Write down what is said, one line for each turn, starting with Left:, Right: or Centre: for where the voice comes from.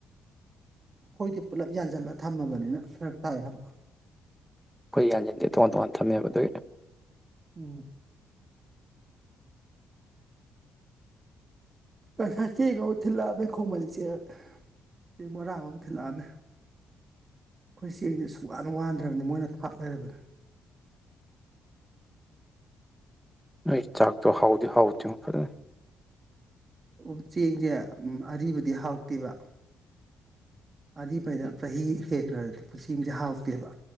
Right: ꯑꯈꯣꯏꯗꯤ ꯄꯨꯜꯂꯞ ꯌꯥꯟꯁꯤꯜꯂ ꯊꯝꯃꯕꯅꯤꯅ ꯐꯔꯛ ꯇꯥꯏ ꯍꯥꯏꯕ
Centre: ꯑꯈꯣꯏ ꯌꯥꯟꯁꯤꯟꯗꯦ ꯇꯣꯉꯥꯟ ꯇꯣꯉꯥꯟ ꯊꯝꯃꯦꯕ ꯑꯗꯨꯏ
Right: ꯎꯝ ꯉꯁꯥꯏ ꯆꯦꯡꯗꯣ ꯑꯃꯨꯛ ꯊꯤꯜꯂꯛꯑꯃꯦ ꯈꯣꯡꯃꯟ ꯆꯦꯡ ꯕꯣꯔꯥ ꯑꯃꯃꯨꯛ ꯊꯤꯜꯂꯛꯑꯃꯦ ꯑꯩꯈꯣꯏ ꯆꯦꯡꯁꯦ ꯁꯨꯛꯋꯥꯟ ꯋꯥꯟꯗ꯭ꯔꯕꯅꯤ ꯃꯣꯏꯅ ꯊꯥꯛ ꯂꯩꯔꯕꯅꯦ
Centre: ꯅꯣꯏ ꯆꯥꯛꯇꯣ ꯍꯥꯎꯗꯤ ꯍꯥꯎꯇꯦꯉꯣ ꯐꯖꯅꯥ
Right: ꯎꯝ ꯆꯦꯡꯁꯦ ꯑꯔꯤꯕꯗꯤ ꯍꯥꯎꯇꯦꯕ ꯑꯔꯤꯕꯗ ꯆꯍꯤ ꯍꯦꯟꯈ꯭ꯔꯗꯤ ꯆꯦꯡꯁꯦ ꯍꯥꯎꯇꯦꯕ